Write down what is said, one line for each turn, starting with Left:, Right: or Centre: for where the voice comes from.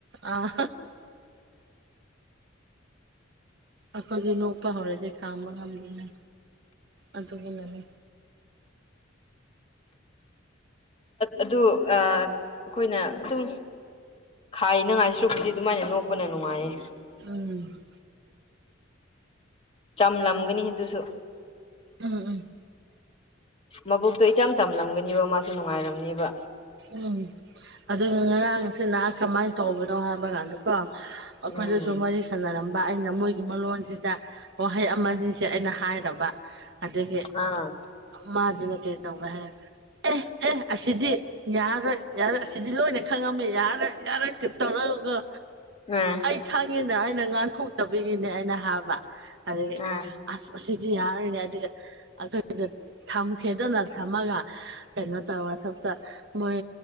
Right: ꯑꯥ ꯑꯈꯣꯏꯗꯤ ꯅꯣꯛꯄ ꯍꯧꯔꯗꯤ ꯈꯥꯝꯕ ꯉꯝꯗꯦꯅ ꯑꯗꯨꯒꯤꯅꯅꯦ
Left: ꯑꯗꯨ ꯑ ꯑꯈꯣꯏꯅ ꯑꯗꯨꯝ ꯈꯥꯏꯅ ꯉꯥꯏꯁꯨ ꯍꯨꯖꯤꯛ ꯑꯗꯨꯃꯥꯏꯅ ꯅꯣ ꯅꯣꯛꯄꯅ ꯅꯨꯡꯉꯥꯏꯌꯦ
Right: ꯎꯝ
Left: ꯆꯝꯂꯝꯒꯅꯤ ꯑꯗꯨꯁꯨ
Right: ꯎꯝ ꯎꯝ
Left: ꯃꯕꯨꯛꯇꯣ ꯏꯆꯝ ꯆꯝꯂꯝꯒꯅꯦꯕ ꯃꯥꯁꯨ ꯅꯨꯡꯉꯥꯏꯔꯝꯅꯦꯕ
Right: ꯎꯝ ꯑꯗꯨ ꯉꯔꯥꯡꯁꯤꯅꯍ ꯀꯃꯥꯏꯅ ꯇꯧꯕꯅꯣ ꯍꯥꯏꯕ ꯀꯥꯟꯗꯀꯣ ꯑꯩꯈꯣꯏꯗꯁꯨ
Left: ꯎꯝ
Right: ꯋꯥꯔꯤ ꯁꯥꯟꯅꯔꯝꯕ ꯑꯩꯅ ꯃꯣꯏꯒꯤ ꯃꯣꯟꯁꯤꯗ ꯋꯥꯍꯩ ꯑꯃꯅꯤꯁꯦ ꯑꯩꯅ ꯍꯥꯏꯔꯕ ꯑꯗꯒꯤ
Left: ꯑꯥ
Right: ꯃꯥꯗꯨꯅ ꯀꯩ ꯇꯧꯕꯦ ꯍꯥꯏꯔ ꯑꯦ ꯑꯦ ꯑꯁꯤꯗꯤ ꯌꯥꯔꯣꯏ ꯌꯥꯔꯣꯏ ꯁꯤꯗꯤ ꯂꯣꯏꯅ ꯈꯪꯉꯝꯃꯦ ꯌꯥꯔꯣꯏ ꯌꯥꯔꯒ ꯇꯧꯔꯒo
Left: ꯎꯝ
Right: ꯑꯩ ꯈꯪꯉꯤꯅ ꯑꯩꯅ ꯉꯥꯡꯊꯣꯛꯇꯕꯒꯤꯅꯦ ꯑꯩꯅ ꯍꯥꯕ ꯑꯗꯒꯤ
Left: ꯎꯝ
Right: ꯑꯁ ꯑꯁꯤꯗꯤ ꯌꯥꯔꯤꯅꯦ ꯑꯗꯨꯈꯗ ꯊꯝ ꯈꯦꯗꯅ ꯊꯝꯃꯒ ꯀꯩꯅꯣ ꯩꯅ ꯇꯥꯋꯥ ꯁꯇ ꯃꯣꯏ